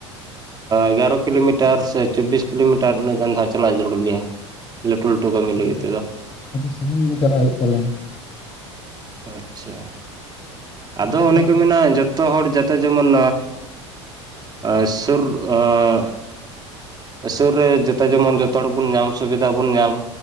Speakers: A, on the right; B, on the left.
A: ᱮᱜᱟᱨᱚ ᱠᱤᱞᱳᱢᱤᱴᱟᱨ ᱥᱮ ᱪᱚᱵᱽᱵᱤᱥ ᱠᱤᱞᱳᱢᱤᱴᱟᱨ ᱩᱱᱟᱹᱜ ᱜᱟᱱ ᱫᱚ ᱷᱟᱸᱜ ᱪᱟᱞᱟᱜ ᱡᱟᱹᱨᱩᱲ ᱜᱮᱭᱟ ᱞᱟᱹᱴᱩ ᱞᱟᱹᱴᱩ ᱠᱟᱹᱢᱤ ᱞᱟᱹᱜᱤᱫᱽ
B: ᱚ
A: ᱛᱮᱫᱚ
B: ᱟᱹᱰᱤ ᱥᱟᱺᱜᱤᱧ ᱜᱮ ᱪᱟᱞᱟᱜ ᱦᱩᱭᱩᱜ ᱛᱟᱞᱮᱭᱟ
A: ᱟᱪᱪᱷᱟ ᱟᱫᱚ
B: ᱚᱱᱠᱟ
A: ᱚᱱᱮ ᱠᱚ ᱢᱮᱱᱟ ᱡᱚ ᱡᱚᱛᱚ ᱦᱚᱲ ᱡᱟᱛᱮ ᱡᱮᱢᱚᱱ ᱥᱩᱨ ᱟᱸᱻ ᱥᱩᱨ ᱨᱮ ᱡᱚᱛᱚ ᱡᱮᱢᱚᱱ ᱡᱚᱛᱚ ᱦᱚᱲ ᱵᱚᱱ ᱧᱟᱢ ᱥᱩᱵᱤᱫᱷᱟ ᱵᱚᱱ ᱧᱟᱢ